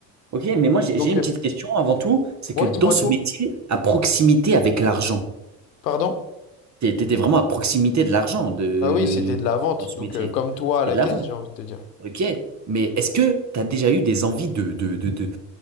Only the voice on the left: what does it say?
Et donc,
euh,
ouais,
dis-moi
tout.
Pardon?
Bah oui, c'était de la vente.
Donc,
euh, comme toi
à la
caisse,
j'ai envie de te dire.